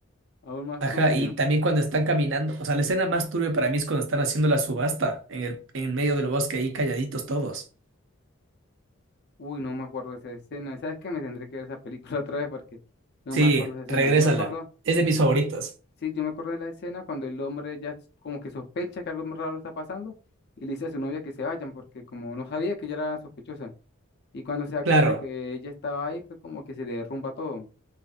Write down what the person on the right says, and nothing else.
Ajá,
y también cuando están caminando. O sea, la escena más turbia para mí es cuando están haciendo la subasta en el, en medio del bosque ahí calladitos todos.
Sí,
regrésala.
Es de mis favoritos.
Claro.